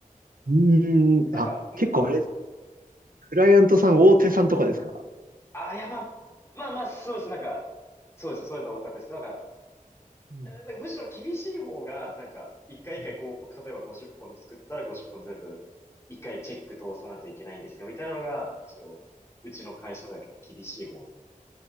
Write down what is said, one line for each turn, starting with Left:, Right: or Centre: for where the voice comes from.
Right: うーん、
Left: なんか、
Right: あ、結構あれですかクライアントさん、大手さんとかですか
Left: ああ、いや、まあ、まあまあ、そうです。なんか、そうですね。そういうの多かったです。なんか、
Right: うん
Left: えーなんかむしろ厳しい方が、なんか、一回一回広告、
Right: はい
Left: 例えば50本作ったら50本全部、一回チェック通さないといけないんですよ、みたいなのが、むしろ、うちの会社では結構厳しい方み